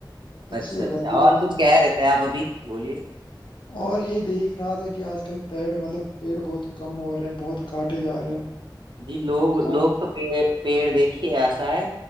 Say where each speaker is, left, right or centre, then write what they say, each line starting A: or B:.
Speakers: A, on the left; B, on the right.
A: اچھی
B: اچھا
A: ہو
B: اچھا
A: جاتی ہے
B: اور
A: کمائی
B: کچھ کہہ رہے تھے آپ ابھی بولیے
A: اور یہی دیکھ رہا تھا کہ آج کل پیڑ مطلب پیڑ بہت کم ہو رہے بہت کاٹے جا رہے ہیں
B: جی لوگ
A: نقصان
B: لوگ تو پیڑ دیکھیے ایسا ہے